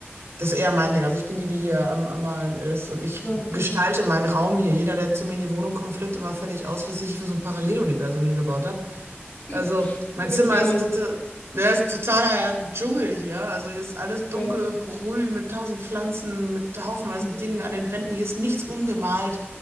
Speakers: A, on the right; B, on the left.
A: das ist eher mein Ding. Also ich bin die, die hier am, am Malen ist und ich
B: Ja, ja,
A: gestalte meinen Raum hier. Jeder, der zu mir in die Wohnung kommt, flippt immer völlig aus, was ich für so ein Paralleluniversum hier gebaut habe.
B: ja.
A: Also
B: <laughs>
A: mein
B: Da
A: Zimmer
B: würde ich gerne
A: ist
B: mal
A: ein, total-
B: so,
A: ja, ist totaler Dschungel hier. Also hier ist alles dunkelgrün
B: ja,
A: mit tausend Pflanzen, mit haufenweise
B: okay.
A: Dingen an den Wänden. Hier ist nichts unbemalt.